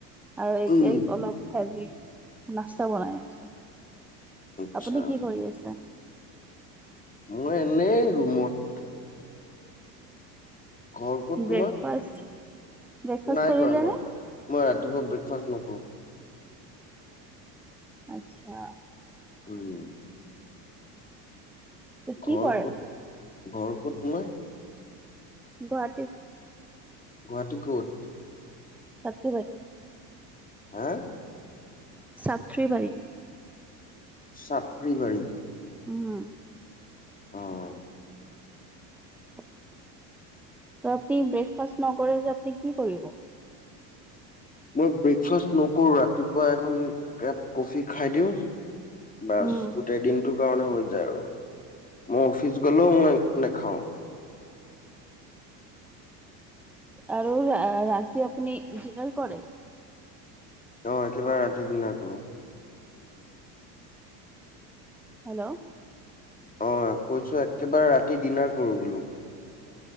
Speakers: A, in the centre; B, on the left.
A: আৰু এতিয়াই
B: উম
A: অলপ হেৰি নাস্তা বনাই আছো।
B: আচ্ছা।
A: আপুনি কি কৰি আছে?
B: মই এনেই ৰুমত। ঘৰ ক'ত
A: ব্ৰেকফাষ্ট?
B: তোমাৰ
A: ব্ৰেকফাষ্ট
B: নাই
A: কৰিলে
B: কৰা মই-
A: নে
B: মই ৰাতিপুৱা ব্ৰেকফাষ্ট নকৰো।
A: আচ্ছা।
B: উম,
A: ত
B: ঘৰ
A: কি কৰে?
B: ক'ত ঘৰ ক'ত তোমাৰ?
A: গুৱাহাটীত।
B: গুৱাহাটী ক'ত?
A: শক্তিবাৰী।
B: হা?
A: ছাত্ৰীৰীত।
B: চাত্ৰবাৰী
A: উম,
B: অ',
A: ত আপুনি ব্ৰেকফাষ্ট ন কৰে যে আপুনি কি কৰিব?
B: <inaudible> মই ব্ৰেকফাষ্ট নকৰোঁ ৰাতিপুৱা এখন এককাপ কফি খাই দিওঁ। বাচ
A: উম
B: গোটেই দিনটো দিনটোৰ কাৰণে হৈ যায় আৰু মই অফিচ গ'লেও মই নেখাওঁ।
A: আৰু ৰাতি আপুনি ডিনাৰ কৰে।
B: অ' একেবাৰে ৰাতিৰ ডিনাৰ কৰোঁ।
A: হেল্ল'
B: অ' কৈছোঁ একেবাৰে ৰাতি ডিনাৰ কৰোঁ বোলো।